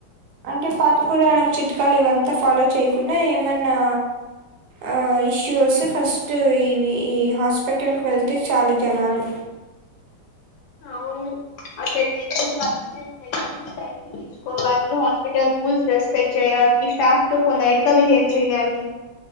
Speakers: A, on the right (about 65°); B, on the left (about 75°).
A: అంటే పాత పురాణం చిట్కాలు ఇవంత ఫాలో చేయకుండ ఏమన్నా ఆ ఇష్యూ వస్తే ఫస్ట్ ఈ ఈ హాస్పిటల్కి వెళ్తే చాలు జనాలు
B: అవును అక్కడ <unintelligible> తీసుకోవాలి హాస్పిటల్ రూల్స్ రెస్పెక్ట్ చేయాలి స్టాఫ్ త పొలైట్ గా బిహేవ్ చెయ్యాలి